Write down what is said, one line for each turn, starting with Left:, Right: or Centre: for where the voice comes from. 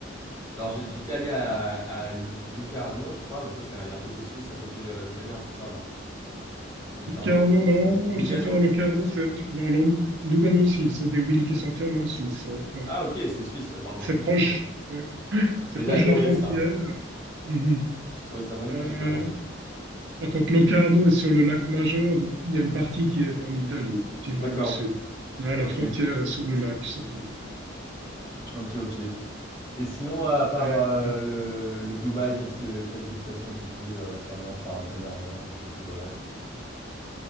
Left: Alors j'ai j'étais allé à à Locarno, je crois, bah, ça, c'est un- il y a un côté suisse, un côté, heu, italien, c'est ça, non? Locarno?
Right: Locarno, non,
Left: Ou Lugano?
Right: le à Locarno, c'est dans l'Ol- Lugano aussi. C'est des villes qui sont entièrement en Suisse. ouais, ouais.
Left: Ah OK, c'est suisse, heu, pardon,
Right: C'est
Left: mince,
Right: proche.
Left: je me trompe.
Right: ouais. C'est
Left: Mais
Right: proche
Left: j'ai adoré
Right: de la frontière.
Left: ça.
Right: Mhm.
Left: J'ai trouvé ça magnifique,
Right: Euh,
Left: vraiment.
Right: Par contre, Locarno est sur le lac Majeur, donc il y a une partie qui est en Italie, effectivement,
Left: D'accord.
Right: dans le sud. Là, la
Left: OK.
Right: frontière est sur le lac, sauf erreur.
Left: OK, OK. Et sinon, à part
Right: Euh,
Left: euh, le, le Dubaï, qu'est-ce que, quelles destinations t'ont plu euh, récemment, enfin dernièrement, dans tes voyages?